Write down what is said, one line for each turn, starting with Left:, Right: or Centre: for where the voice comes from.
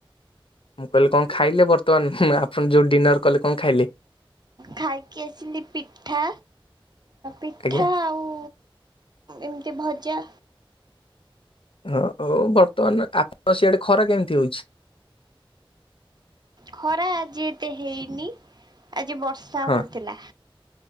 Left: ମୁଁ କହିଲି କଣ ଖାଇଲେ ବର୍ତ୍ତମାନ ଆପଣ ଯୋଉ ଡିନର। କଲେ କଣ ଖାଇଲେ?
Right: ଖାଇକି ଆସିଲି ପିଠା ପିଠା
Left: ଆଜ୍ଞା।
Right: ଆଉ ଏମିତି ଭଜା
Left: ହଁ ଆଉ ବର୍ତ୍ତମାନ ଆପଣଙ୍କ ସିଆଡେ ଖରା କେମିତି ହଉଛି।
Right: ଖରା ଆ ଯେ ଏତେ ହେଇନି। ଆଜି ବର୍ଷା
Left: ହଁ
Right: ହଉଥିଲା।